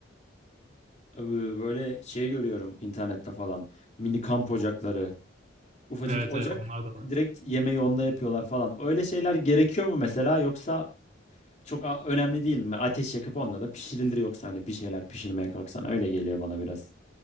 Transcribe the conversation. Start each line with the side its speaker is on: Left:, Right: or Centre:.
Left: Ee, Böyle şey görüyorum internette falan. Mini kamp ocakları. Ufacık
Right: Evet,
Left: ocak.
Right: evet onlar da var.
Left: Direkt yemeği onunla yapıyorlar falan. Öyle şeyler gerekiyor mu mesela yoksa Çok a- önemli değil mi? Ateş yakıp onda da pişirilir yoksa hani bir şeyler pişirmeye kalksan öyle geliyor bana biraz.